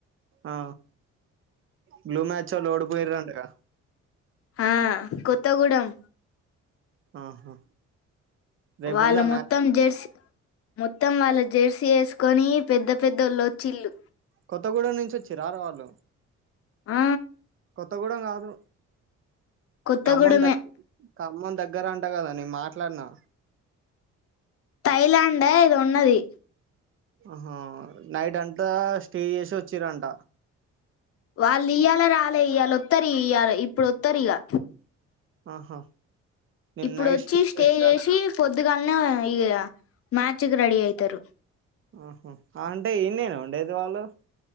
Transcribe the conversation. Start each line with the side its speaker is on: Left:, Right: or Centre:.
Right: ఆ బ్లూ మ్యాచ్ ఒళ్ళు ఓడిపోయింద్రు అంట గా
Left: ఆ కొత్తగూడెం
Right: ఆహా రేపు
Left: వాళ్ళు
Right: ఉందా
Left: మొత్తం
Right: మ్యాచ్
Left: జెర్సీ మొత్తం వాళ్ళ జెర్సీ వేసుకొని పెద్ద పెద్దోళ్ళు ఒచ్చిన్లు
Right: కొత్తగూడెం నుంచి వచ్చిరార వాళ్ళు
Left: ఆ
Right: కొత్తగూడెం కాదు
Left: కొత్తగూడెమే
Right: కమ్మం దగ్గర్ దగ్గర అంట కదా నేను మాట్లాడినా
Left: థైలాడ్ ఏదో ఉన్నది
Right: ఆహ నైట్ అంతా స్టే చేసి వచ్చీరంట
Left: వాళ్ళు ఇయ్యాల రాలే ఇయాల వతరు ఇయాల ఇప్పుడు వతరు ఇగా
Right: ఆహా నిన్న
Left: ఇప్పుడోచ్చి
Right: నైట్
Left: స్టే
Right: చేసిరంటనా
Left: చేసి పొద్దుగా ఇగ మార్చికి రెడి అయితారు
Right: ఆహా అంటే ఇన్నేనా ఉండేది వాళ్ళు